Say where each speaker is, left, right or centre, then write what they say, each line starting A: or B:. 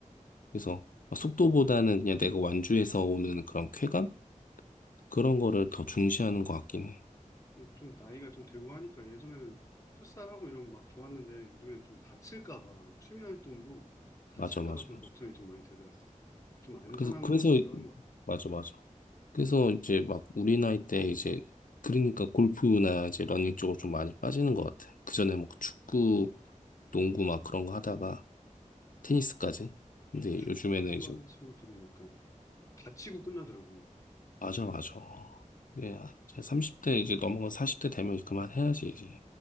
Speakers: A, on the left (about 85°); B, on the left (about 25°).
A: 그래서 어, 속도보다는 그냥 내가 완주해서 오는 그런 쾌감? 그런 거를 더 중시하는 것 같긴 해.
B: 좀 나이가 좀 들고 하니까 예전에는 풋살하고 이러면 막 좋았는데 요즘에는 좀 다칠까 봐 취미 활동도 다칠까
A: 맞아, 맞아,
B: 봐 좀
A: 맞아.
B: 걱정이 좀 많이 되더라고요. 좀 안전한
A: 그래서, 그래서,
B: 거 위주로 하는 것 같아요.
A: 맞아, 맞아. 그래서 이제 막 우리 나이 때 이제, 그러니까 골프나 이제 러닝 쪽으로 좀 많이 빠지는 것 같아. 그전에 뭐 축구, 농구 막 그런 거 하다가 테니스까지.
B: 음,
A: 근데
B: 음, 축구
A: 요즘에는
B: 같은
A: 이제,
B: 거 하는 친구들은 약간 다치고 끝나더라고요.
A: 맞아, 맞아. 네, 제 30대 이제 넘어가 40대 되면 그만해야지, 이제.